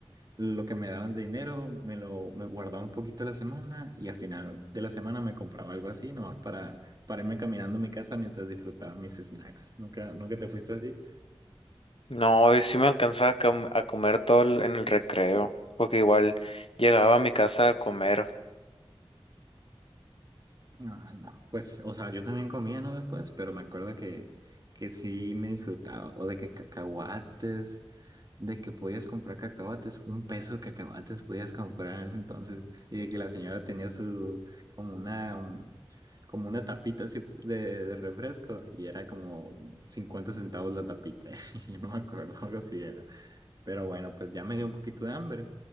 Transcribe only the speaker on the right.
Lo que me daban de dinero me lo me guardaba un poquito a la semana y al final de la semana me compraba algo así, nomás para, para irme caminando a mi casa mientras disfrutaba mis snacks. ¿Nunca, nunca te fuiste así?
Ah, no. Pues, o sea, yo también comía, ¿no? Después, pero me acuerdo que, que sí me disfrutaba. O de que cacahuates, de que podías comprar cacahuates, un peso de cacahuates podías comprar en ese entonces. Y de que la señora tenía su, como una, un- como una tapita así fu- de, de refresco. Y era como 50 centavos la tapita. <laughs> Yo no me acuerdo, <laughs> algo así era. Pero bueno, pues ya me dio un poquito de hambre.